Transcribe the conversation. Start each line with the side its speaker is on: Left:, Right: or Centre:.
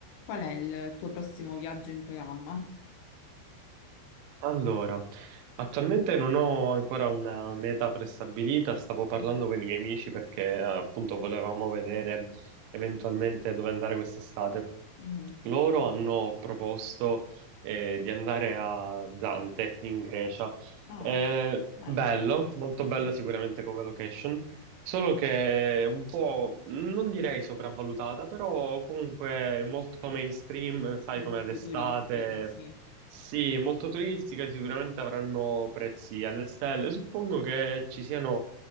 Left: Qual è il tuo prossimo viaggio in programma?
Right: Allora, attualmente non ho ancora una meta prestabilita, stavo parlando
Left: Mm,
Right: con i miei amici perché eh, appunto volevamo vedere eventualmente dove andare quest'estate.
Left: mhm.
Right: Loro hanno proposto eh, di andare a Zante in Grecia.
Left: Ah,
Right: Eh,
Left: bello.
Right: bello, molto bello
Left: Sì,
Right: sicuramente come location, solo che un po' non direi sopravvalutata, però comunque molto mainstream, sai
Left: Molto
Right: come ad estate.
Left: turistico, sì,
Right: Sì, molto turistica, sicuramente avranno prezzi alle stelle. Suppongo che ci siano